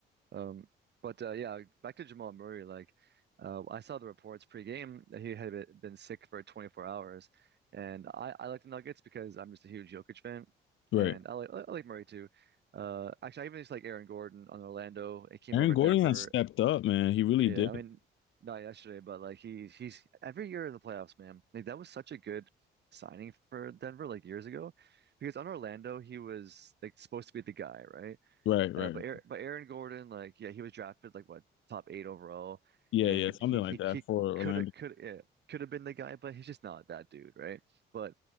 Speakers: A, on the right (about 60°); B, on the left (about 80°).
A: Um, but uh, yeah, back to Jamal Murray. Like, uh, I saw the reports pre-game that he had been been sick for 24 hours, and I, I like the Nuggets because I'm just a huge Jokic fan,
B: Right.
A: and I like I like Murray too. Uh, actually, I even just like Aaron Gordon on Orlando. It came
B: Aaron
A: over
B: Gordon
A: to Denver
B: has stepped up, man. He really
A: Yeah,
B: did.
A: I mean, not yesterday, but like he's he's every year in the playoffs, man. Like that was such a good signing for Denver like years ago, because on Orlando he was like supposed to be the guy, right?
B: Right, right.
A: Uh, but Aaron, but Aaron Gordon, like yeah, he was drafted like what top eight overall,
B: Yeah,
A: and
B: yeah, something
A: he
B: like
A: he
B: that
A: he
B: for Orlando.
A: could have could yeah, could have been the guy, but he's just not that dude, right? But